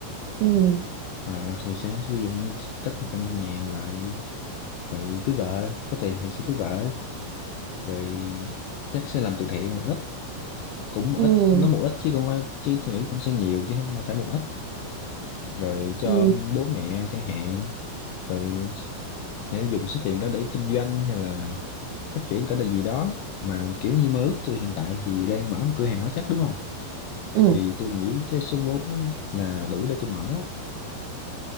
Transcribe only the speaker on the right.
Ừ.
Ừ.
Ừ.
Ừ.